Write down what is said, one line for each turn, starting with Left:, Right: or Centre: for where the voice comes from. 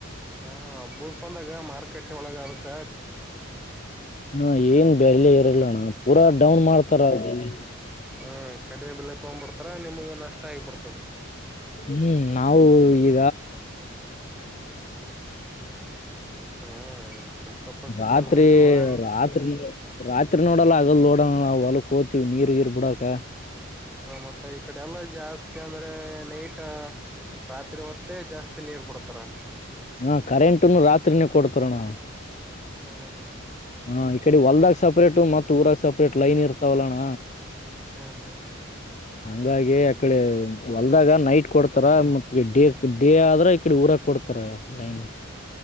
Centre: ಹ ಬೂಸ್ ಬಂದಾಗ ಮಾರ್ಕೆಟ್ ಒಳಗ ಅದಕ್ಕ
Left: ಹಾ ಏನ್ ಬೆಲೆ ಇರಲ್ಲಣ ಪಊರ ಡೌನ್ ಮಾಡ್ತಾರ ಅ
Centre: <inaudible> ತಕೊ್ಂಬಿಡ್ತಾರ ನಿಮಗೆಲ್ಲ ಪಡ್ತದೆ
Left: ಹ್ಮ್ ನಾವು ಈಗ
Centre: ಹ್ಮ್ ಕಷ್ಟಪಟ್ಟು
Left: ರಾತ್ರಿ
Centre: ಬೆಳೆದಿರ್ತರ್ಲಾ
Left: ರಾತ್ರಿ ರಾತ್ರಿ ನೋಡಲ್ಲ ಹಗಲ್ ನೋಡೋಣ ನಾವು ಹೊಲಕ್ ಹೋಗ್ತಿೀವಿ ನೀರ್ ಗೀರ್ ಬಿಡಕ
Centre: ಹ ಮತ್ತ ಈ ಕಡೆ ಎಲ್ಲ ಜಾಸ್ತಿ ಅಂದ್ರೆ ನೈಟ್ ರಾತ್ರಿ ಹೊತ್ತೆ ಜಾಸ್ತಿ ನೀರ್ ಬಿಡುತ್ತೆ ಅ
Left: ಹಾ ಕರೆಂಟನ್ನು ರಾತ್ರಿನ ಕೊಡ್ತರಣ್ಣ
Centre: ಹ್ಮ
Left: ಹಾ ಈ ಕಡೆ ಹೊಲ್ದಾಗ ಸಪ್ರೇಟ್ ಮತ್ತ ಊರಾಗ ಸಪ್ರೇಟ್ ಲೈನ್ ಇರ್ತಾವಲ್ಲಣ್ಣ
Centre: ಹ್ಮ ಹಾ
Left: ಹಂಗಾಗಿ ಅಕಡೆ ಹೊಲ್ದಾಗ ನೈಟ್ ಕೊಡ್ತಾರ ಮತ್ತ ಡೇ ಡೇ ಆದ್ರ ಈಕಡೆ ಊರಾಗ ಕೊಡ್ತಾರ ನೈನ್